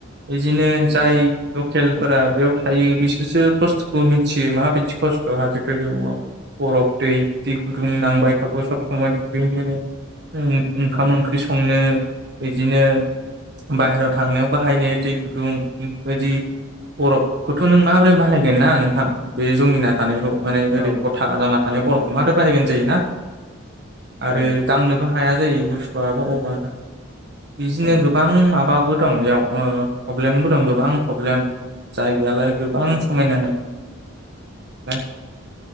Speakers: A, on the right; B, on the right.
A: बिदिनो
B: औ
A: जाय
B: नोंथां
A: लकेलफोरा बेयाव बे बिसोरसो खस्थ'खौ मिथियो माबायदि खस्थ' हाजो गोजौआव बरफ दै दै गुदुं नांबाय थागौ सब समाव दुगैनो। ओं ओंखाम
B: औ
A: ओंख्रि संनो बिदिनो बाहेराव थांनायाव बाहायनो दै गुदुंबायदि बरफ खौथ' नों माबोरै बाहायगोन ना नोंथां बे जमिना थानायखौ। माने ओरै
B: औ
A: गथा जाना
B: नंगौ
A: थानाय
B: नोंथां
A: बरफखौ मारै बाहायगोन जायो ना? आरो
B: औ
A: दांनोबो हाया जायो गुसु आबो अभार। बिदिनो
B: औ
A: गोबां माबा बो दं इयाव ओ प्रब्लेमबो दं गोबां प्रब्लेम जाय बेयालाय गोबां
B: औ
A: समायना नाय <unintelligible>